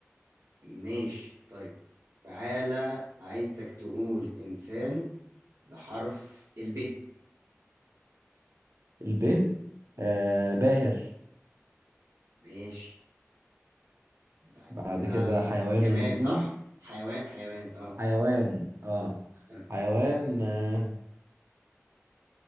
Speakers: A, on the right; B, on the right.
A: ماشي طيب تعالى عايزك تقول انسان بحرف الب
B: الب آه باهر
A: ماشي بعد
B: بعد
A: كده
B: كده حيوان
A: جماد
B: المفروض
A: صح حيوان حيوان اه
B: حيوان اه
A: آه.
B: حيوان آه